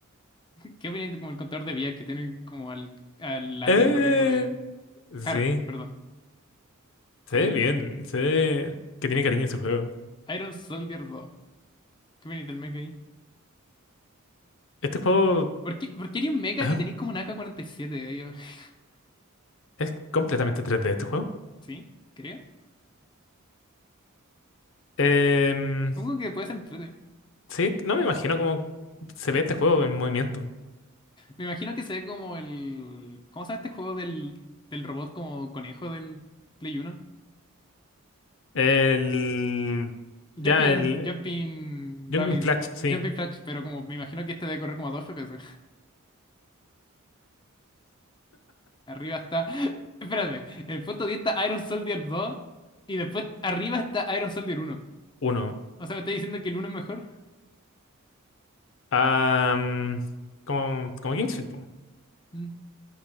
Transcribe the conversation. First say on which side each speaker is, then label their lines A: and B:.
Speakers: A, on the left; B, on the left.
A: ¿Qué opináis de como el contador de vías que tiene como al, al Larry
B: Eh,
A: corriendo de...
B: sí,
A: Harry, perdón.
B: se
A: Corriendo,
B: ve bien,
A: corriendo.
B: se ve que tiene cariño ese juego.
A: Iron Soldier dos. ¿Qué opináis del mecha ahí?
B: Este juego
A: ¿Por qué, por qué haría un mecha
B: ah,
A: y tenéis como un AK-47 ahí? abajo? <laughs>
B: es completamente 3D, este juego.
A: ¿Sí? Creo.
B: Em,
A: Supongo que puede ser entrete.
B: sí, no me imagino cómo se ve este juego en movimiento.
A: Me imagino que se ve como el... ¿Cómo se llama este juego del, del robot como conejo del Play Uno?
B: El,
A: Jumping,
B: ya, el
A: Jumping
B: Jungle
A: Rabbit,
B: Flash, sí,
A: Jumping Flash, pero como me imagino que este debe correr como a 2 FPS. Arriba está... <laughs> Espérate, en el puesto 10 está Iron Soldier dos y después arriba está Iron Soldier uno.
B: uno.
A: O sea, ¿me estáis diciendo que el uno es mejor?
B: Am, como, como Kingsfield, po.
A: Mm,